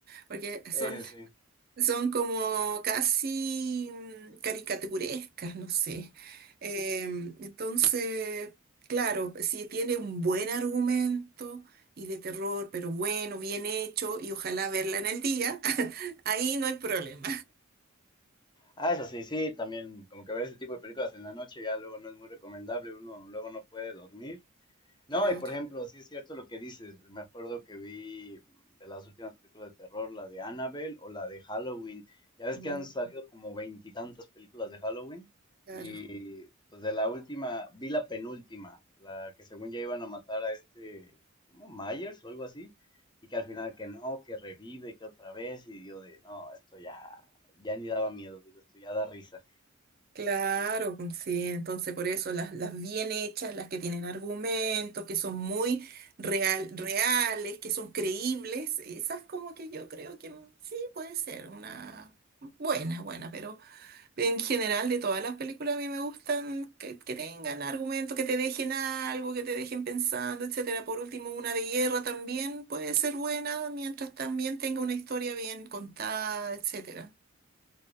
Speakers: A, on the right; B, on the left.
A: porque son
B: Eh, sí.
A: Son como casi mm, caricaturescas, no sé. Em, entonces, claro, si tiene un buen argumento y de terror, pero bueno, bien hecho, y ojalá verla en el día, <laughs> ahí no hay problema.
B: Ah, eso sí, sí, también como que ver ese tipo de películas en la noche ya luego no es muy recomendable, uno luego no puede dormir no,
A: Claro,
B: y por ejemplo, sí es cierto lo que dices. Me acuerdo que vi de las últimas películas de terror, la de Annabelle o la de Halloween. Ya ves
A: mm,
B: que han salido como veintitantas películas de Halloween.
A: claro.
B: Y pues de la última, vi la penúltima, la que según ya iban a matar a este, como Myers o algo así. Y que al final que no, que revive, que otra vez. Y yo de, no, esto ya, ya ni daba miedo, digo, esto ya da risa.
A: Claro, pues, sí, entonces por eso las, las bien hechas, las que tienen argumentos, que son muy real, reales, que son creíbles, esas como que yo creo que mm, sí puede ser una buena, buena, pero en general de todas las películas a mí me gustan que, que tengan argumentos, que te dejen algo, que te dejen pensando, etcétera. Por último, una de guerra también puede ser buena mientras también tenga una historia bien contada, etcétera.